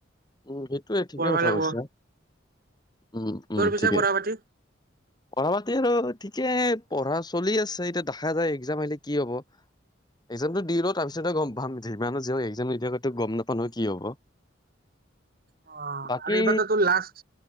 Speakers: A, on the left (about 20°); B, on the right (about 50°).
A: উম সেইটোয়ে ঠিকে
B: পঢ়বা
A: কথা
B: লাগব
A: কৈছা, উম
B: তোৰ
A: উম
B: পিছে
A: ঠিকেই।
B: পঢ়া পাতি
A: পঢ়া পাতি আৰু ঠিকে পঢ়া চলি আছে এতিয়া দেখা যায় এক্জাম আহিলে কি হব, এক্জামটো দিলও তাৰপিছতে গম পাম যিমানক একজামিয়ো গম নাপানো কি হব।
B: অ
A: বাকী
B: আৰু এইবাৰতো তোৰ লাষ্ট